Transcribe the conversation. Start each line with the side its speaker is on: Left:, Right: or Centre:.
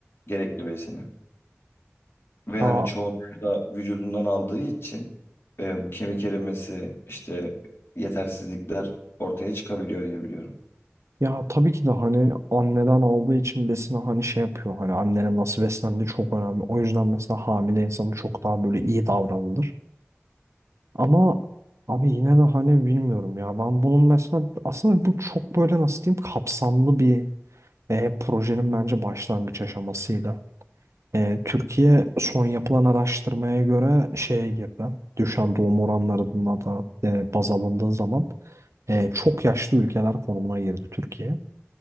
Left: gerekli besini. Ve
Right: Ya
Left: hani çoğunlukla da vücudundan aldığı için eee, bu kemik erimesi işte yetersizlikler ortaya çıkabiliyor diye biliyorum.
Right: Ya tabii ki de hani anneden aldığı için besini hani şey yapıyor. Hani annenin nasıl beslendiği çok önemli. O yüzden mesela hamile insanın çok daha böyle iyi davranılır. Ama abi yine de hani bilmiyorum ya. Ben bunun mesela aslında bu çok böyle nasıl diyeyim kapsamlı bir e, projenin bence başlangıç aşamasıydı. E, Türkiye son yapılan araştırmaya göre şeye girdi. Düşen doğum oranlarına da e, baz alındığı zaman e, çok yaşlı ülkeler konumuna girdi Türkiye.